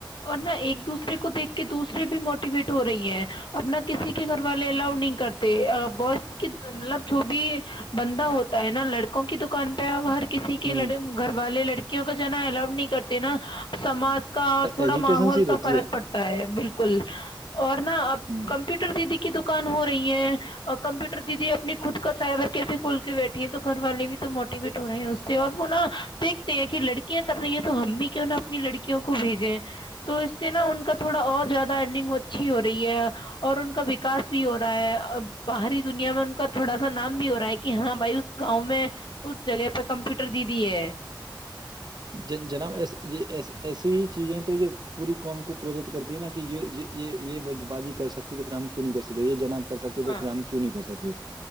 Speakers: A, on the left; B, on the right.
A: اور نہ ایک دوسرے کو دیکھ کے دوسرے بھی موٹیویٹ ہو رہی ہے اپنا کسی کے گھر والے الاؤ نہیں کرتے بو مطلب جو بھی بندہ ہوتا ہے نا لڑکوں کی دکان پہ ہر کسی کے
B: ہوں
A: لڑے گھر والے لڑکے کیوںکہ جنا ہے لو نہیں کرتے نا سماج کا اور تھوڑا
B: ایجیٹیشن
A: ماحول
B: سی
A: کا
B: رہتی
A: فرق
B: ہے
A: پڑتا ہے بالکل اور نا اب
B: ہ
A: کمپیوٹر دیدی کی د کان ہو رہی ہے کمپیوٹر دیدی اپنی خود کا سائبر کیفے کھول کے بیٹھے ہیں تو گھر والے بھی تو موٹیویٹ ہو رہے ہیں اس سے اور وہ نا دیکھتے ہیں کہ لڑکیاں کر رہی ہیں تو ہم بھی کہ انہوں اپنی لڑکیوں کو بھیجیں تو اس سے نا ان کا تھوڑا اور زیادہ ارنگ ہوتا اچھی ہو رہی ہے اور ان کا وکاس بھی ہو رہا ہے اور باہری دنیا میں ان کا تھوڑا سا نام بھی ہو رہا ہے کہ ہاں بھائی اس گاؤں میں اس جگہ پہ کمپیوٹر دی دی ہے
B: ج جناب ایس یہ ای ایسی ہی چیزیں تو جو پوری قوم کو پرییرت کرتی ہیں نا کہ یہ یہ بازی کر سکتی تو پھر ہم کیوں نہیں کر سکتے یہ جناب کرکتے تو
A: ہاں
B: پھر ہم کیوں نہیں کر سکتے